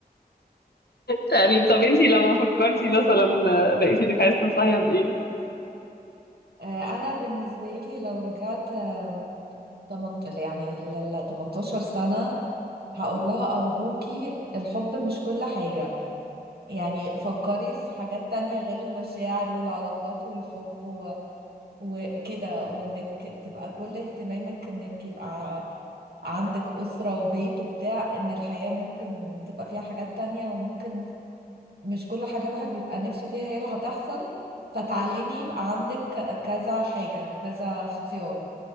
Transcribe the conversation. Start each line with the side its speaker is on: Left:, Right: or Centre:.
Left: تقريبا طب انتي لما فكرتي مثلا آه، لقيتي انك عايزة تنصحيها بايه؟
Right: آه، أنا بالنسبة لي لو رجعت آم، تمنت... يعني ل ل- 18 سنة هقول لها أرجوكي الحب مش كل حاجة يعني فكري في حاجات تانية غير المشاعر والعلاقات والحب و... وكده وإنك تبقى كل اهتمامك إنك يبقى عندك أسرة وبيت وبتاع إن الحياة ممكن تبقى فيها حاجات تانية وممكن مش كل حاجة الواحد بيبقى نفسه فيها هي اللي هتحصل فتعلمي يبقى عندك كذا حاجة كذا اختيار